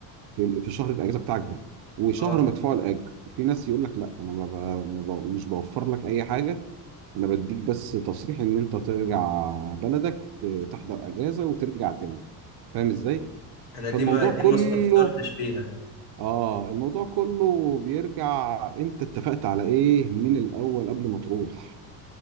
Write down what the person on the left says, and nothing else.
اه
انا
دي ما دي
ما استفسرتش فيها